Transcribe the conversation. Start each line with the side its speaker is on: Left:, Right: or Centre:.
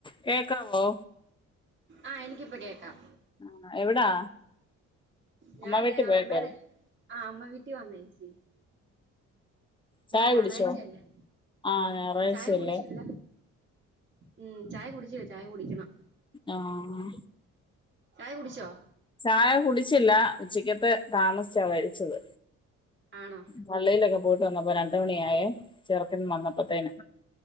Left: കേൾക്കാവോ
Right: ആഹ് എനിക്ക് ഇപ്പൊ കേക്കാം
Left: ആഹ് എവിടാ
Right: ഞാൻ
Left: അമ്മ വീട്ടിൽ
Right: ദേ
Left: പോയേക്കുവായിരുന്നു
Right: അമ്മയുടെ ആഹ് അമ്മ വീട്ടിൽ വന്നേ ച്ചി
Left: ചായ
Right: ഞായറാഴ്ചയല്ലേ
Left: കുടിച്ചോ ആഹ് ഞായറാഴ്ചയല്ലേ
Right: ചായ കുടിച്ചില്ല ഉം ചായ കുട്ച്ചില്ല ചായ കുടിക്കണം
Left: ആഹ്
Right: ചായ കുടിച്ചോ
Left: ചായ കുടിച്ചില്ല ഉച്ചക്കത്തെ താമസിച്ചാ കഴിച്ചത്
Right: ആണോ
Left: പള്ളിയിലൊക്കെ പോയിട്ട് വന്നപ്പോ രണ്ട് മണിയായേ ചെറുക്കന് വന്നപ്പോത്തേന്